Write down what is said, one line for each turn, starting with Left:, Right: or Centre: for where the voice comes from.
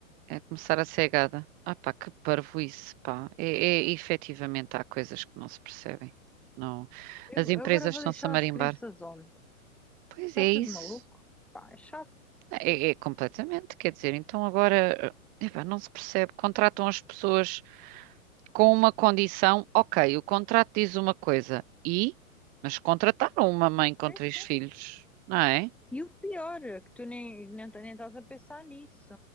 Right: É começar a ser gada. Ah pá, que parvoíce, pá. É, é, efetivamente há coisas que não se percebem. Não.
Centre: Eu,
Right: As empresas
Centre: eu agora vou
Right: estão-se
Centre: deixar
Right: a marimbar.
Centre: as crianças onde?
Right: Pois
Centre: Está
Right: é
Centre: tudo
Right: isso.
Centre: maluco? Pá, é chato,
Right: É, é completamente, quer dizer, então agora, eh, epá, não se percebe. Contratam as pessoas com uma condição, ok, o contrato diz uma coisa, e? Mas contrataram uma mãe com
Centre: sim,
Right: três
Centre: sim.
Right: filhos, não é?
Centre: E o pior, é que tu nem, nem, nem estás a pensar nisso,